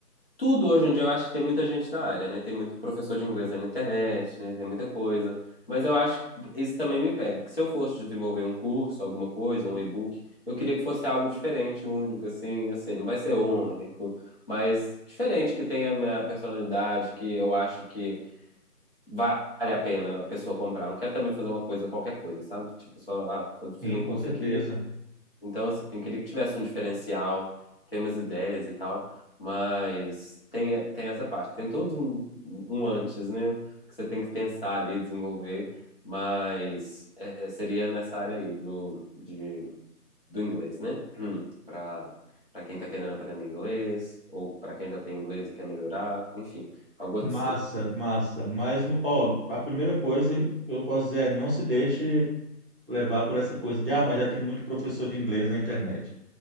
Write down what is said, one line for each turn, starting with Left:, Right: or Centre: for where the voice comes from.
Left: Tudo hoje em dia eu acho que tem muita gente da área, né? Tem muito professor de inglês aí na internet, né? Tem muita coisa. Mas eu acho que isso também me pega, que se eu fosse desenvolver um curso, alguma coisa, um e-book, eu queria que fosse algo diferente, único, assim, assim, não vai ser único, mas diferente, que tenha a minha personalidade, que eu acho que vale a pena a pessoa comprar. Não quero também fazer uma coisa, qualquer coisa, sabe? Tipo, só, ah, faz- fiz
Right: Sim,
Left: um
Right: com
Left: curso
Right: certeza.
Left: aqui, então assim, eu queria que tivesse um diferencial, tem umas ideias e tal, mas tem, tem essa parte. Tem todo um, um antes, né? Que você tem que pensar ali, desenvolver, mas é, seria nessa área aí do, de, do inglês, né? Hum, pra, pra quem tá querendo aprender inglês, ou pra quem já tem inglês e quer melhorar, enfim, algo
Right: Massa,
Left: assim.
Right: massa. Mas, no- ó, a primeira coisa que eu posso dizer é não se deixe levar por essa coisa de, ah, mas já tem muito professor de inglês na internet.